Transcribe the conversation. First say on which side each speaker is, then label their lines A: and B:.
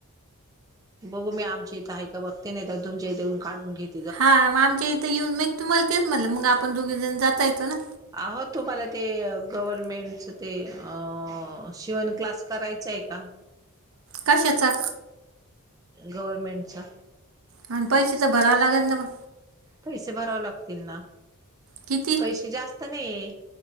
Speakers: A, on the right; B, on the right.
A: बघू मी आमच्या इथं आहे का बघते नाही तुमच्या इथे येऊन काढून घेत
B: हा आमच्या इथे येऊन मी तुम्हाला तेच म्हणलं मग आपण दोघी जण जाता येत ना.
A: आहो तुम्हाला ते गव्हर्मेंटच ते अ शिवण क्लास करायचा आहे का?
B: कशाचा?
A: गव्हर्नमेंटचा!
B: आणि पैसे तर भराव लागेल ना मग?
A: पैसे भरावे लागतील ना.
B: किती?
A: तशे जास्त नाही